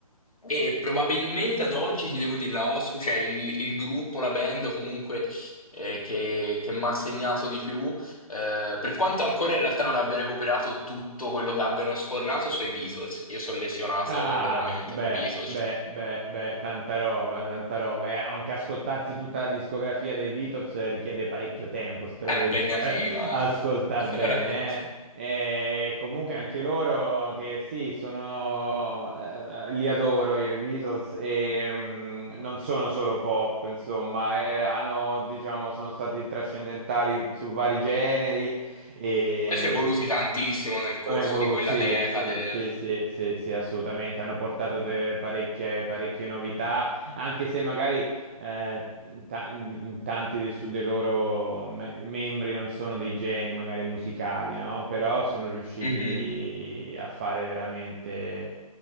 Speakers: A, on the left; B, on the right.
A: e probabilmente ad oggi ti devo dire, la os- cioè il, il gruppo, la band comunque eh, che, che mi ha segnato di più, eh, per quanto ancora in realtà non abbia recuperato tutto quello che abbiano sfornato, sono i Beatles. Io sono lesionato
B: Ah,
A: veramente
B: beh,
A: con i Beatles.
B: beh, beh, beh, tanta roba, tanta roba. E anche ascoltarsi tutta la discografia dei Beatles richiede parecchio tempo se te
A: È
B: lo vuoi
A: impegnativa,
B: <laughs> ascoltare
A: eh.
B: bene.
A: <laughs>
B: eh. E comunque anche loro che sì, sono, eh, li adoro io i Beatles e mm, non sono solo pop, insomma, eh, hanno, diciamo, sono stati trascendentali su vari generi e,
A: Poi si è evoluti tantissimo
B: e
A: nel corso
B: sono evoluti,
A: di quella
B: sì,
A: decade.
B: sì, sì, sì, sì, sì, assolutamente, hanno portato de- parecchie, parecchie novità, anche se magari eh, in ta- in tanti dei, su- dei loro me- membri non sono dei geni magari musicali, no? Però sono riusciti
A: Mhm,
B: a fare veramente